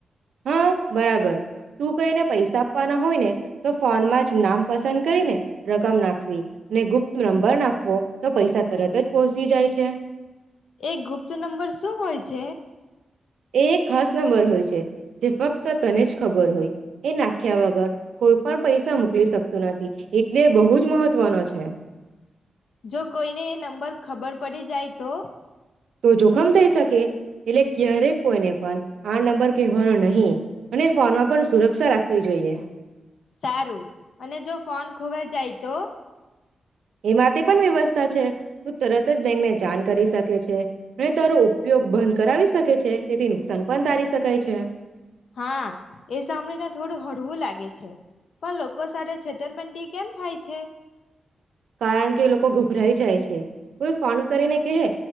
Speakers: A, on the right (about 85°); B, on the left (about 75°).
A: હા બરાબર તું કઈને પૈસા આપવાના હોય ને તો ફોનમાં જ નામ પસંદ કરીને રકમ નાખવી ને ગુપ્ત નંબર નાખવો તો પૈસા તરત જ પહોંચી જાય છે.
B: એ ગુપ્ત નંબર શું હોય છે
A: એ ખાસ નંબર હોય છે. તે ફક્ત તને જ ખબર હોય એ નાખ્યા વગર કોઈ પણ પૈસા મોકલી શકતું નથી, એટલે બહુ જ મહત્વનો છે.
B: જો કોઈને એ નંબર ખબર પડી જાય તો
A: તો જોખમ થઈ શકે. એટલે ક્યારેક કોઈને પણ આ નંબર કહેવાનો નહીં. અને ફોનમાં પણ સુરક્ષા રાખવી જોઈએ.
B: સારું અને જો ફોન ખોવાય જાય તો.
A: એ માટે પણ વ્યવસ્થા છે તું તરત જ બેંકને જાણ કરી શક છે અને તારો ઉપયોગ બંધ કરાવી શકે છે. તેથી નુકસાન પણ તારી શકાય છે
B: હા એ સાંભળીને થોડું હળવું લાગે છે, પણ લોકો સાથે છેતર મંડી કેમ થાય છે.
A: કારણ કે એ લોકો ગભરાય જાય છે. કોઈ ફોન કરીને કેહે